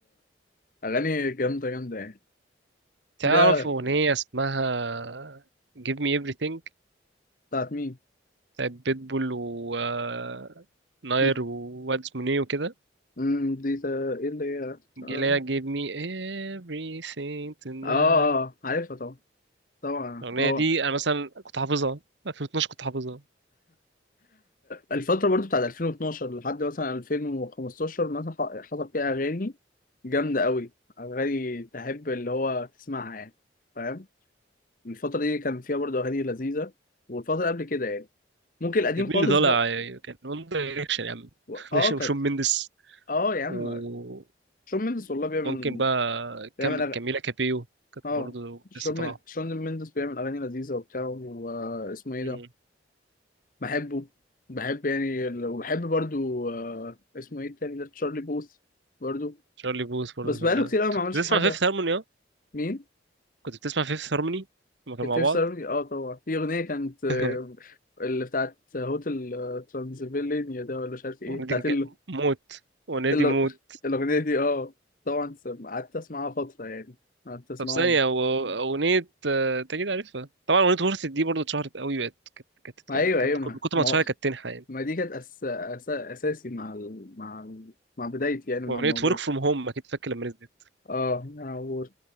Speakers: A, on the left; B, on the right.
A: الأغاني جامدة جامدة يعني
B: تعرف
A: ده
B: أغنية اسمها Give me everything
A: بتاعت مين؟
B: بتاعت بيتبول و آه، ناير
A: مم.
B: وواد اسمه نيو وكده
A: مم، دي تا- إيه اللي هي آه
B: جيليا gave me everything tonight
A: آه آه، عارفها طبعا طبعا
B: الأغنية
A: هو
B: دي أنا مثلا كنت حافظها 2012 كنت حافظها
A: الفترة برضو بتاعت 2012 لحد مثلا 2015 مثلا ح- حصل فيها أغاني جامدة قوي أغاني تحب اللي هو تسمعها يعني فاهم الفترة دي كان فيها برضو أغاني لذيذة والفترة قبل كده يعني ممكن القديم
B: كان مين
A: خالص
B: اللي طالع
A: بقى
B: كان وان دايركشن يا عم
A: و-
B: <laughs>
A: اه
B: دايركشن
A: كانت
B: وشون مندس
A: اه يا عم
B: وممكن
A: شون مندس والله بيعمل
B: بقى
A: بيعمل
B: كام
A: أغاني
B: كاميلا كابيو كانت
A: اه
B: برضه
A: شون
B: لسه طالعة
A: من... شون مندس بيعمل أغاني لذيذة وبتاع واسمه إيه
B: مم.
A: ده بحبه بحب يعني ال- وبحب برضو آه، اسمه إيه التاني ده تشارلي بوث برضو
B: شارلي بوث برضه
A: بس بقاله
B: كان جامد
A: كتير
B: أنت
A: قوي ما عملش
B: كنت بتسمع
A: حاجة
B: فيفث هارموني اه
A: مين؟
B: كنت بتسمع فيفث هارموني لما كانوا
A: الفيف
B: مع بعض
A: سيرفي اه طبعا في أغنية كانت آه،
B: <laughs>
A: اللي بتاعت هوتل آه، ترانسفيلينيا ده ولا مش عارف ايه
B: الأغنية
A: بتاعت
B: دي كانت
A: ال...
B: جا- موت الأغنية
A: ال...
B: دي موت
A: الأغنية دي اه طبعا سم- قعدت أسمعها فترة يعني قعدت أسمعهم
B: طب ثانية هو أغنية آه، أنت أكيد عارفها طبعا أغنية ورثة دي برضه اتشهرت قوي بقت كانت كانت
A: أيوه
B: يعني كانت
A: أيوه
B: كل-
A: ما
B: كتر
A: ما,
B: ما اتشهرت كانت تنحى يعني
A: ما دي كانت أس... أس... أساسي مع ال... مع ال... مع بدايتي يعني
B: وأغنية
A: مع الموضوع
B: ورك فروم هوم أكيد فاكر لما نزلت
A: اه هنا ورك